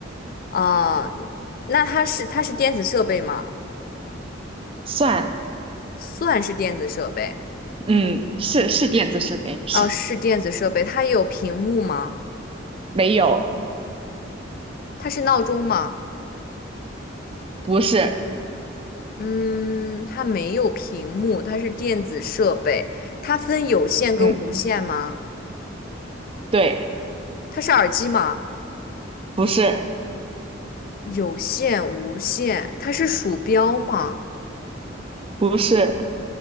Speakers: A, on the left; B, on the right.
A: 啊、那它是它是电子设备吗？
B: 算，
A: 算是电子设备，
B: 嗯，是是电子设备，是，
A: 啊、是电子设备。它有屏幕吗？
B: 没有，
A: 它是闹钟吗？
B: 不是，
A: 嗯，它没有屏幕，它是电子设备。它分有线跟无线吗？
B: 嗯，对，
A: 它是耳机吗？
B: 不是，
A: 有线、无线，它是鼠标吗？
B: 不是，